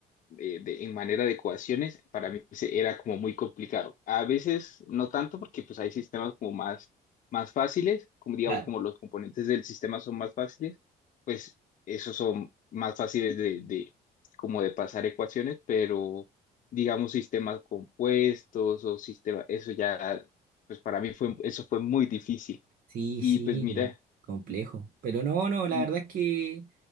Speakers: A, on the left; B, on the right.
A: de de- en manera de ecuaciones, para mí se- era como muy complicado. A veces no tanto porque pues hay sistemas como más, más fáciles, como digamos
B: claro.
A: como los componentes del sistema son más fáciles, pues esos son más fáciles de, de como de pasar ecuaciones, pero digamos sistemas compuestos o sistemas, eso ya, pues para mí fue, eso fue muy difícil.
B: Sí,
A: Y
B: sí,
A: pues mira,
B: complejo. Pero no, no, la
A: mm,
B: verdad es que